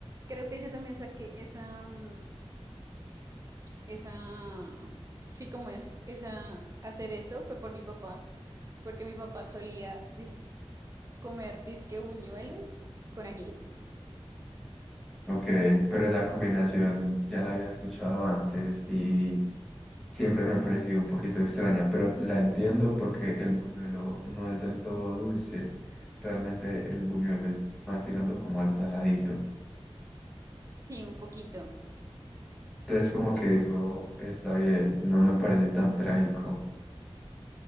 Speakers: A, on the right (about 30°); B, in the centre.
A: Creo que yo también saqué esa, mm, esa, sí, como es, esa, hacer eso fue por mi papá. Porque mi papá solía dis- comer disque buñuelos con ají.
B: Ok, pero esa combinación ya la había escuchado antes y siempre me ha parecido un poquito extraña, pero la entiendo porque el buñuelo no es del todo dulce. Realmente el buñuelo es más tirando como a lo saladito.
A: Sí, un poquito.
B: Entonces
A: Sí,
B: como
A: pues.
B: que digo, está bien, no me parece tan trágico.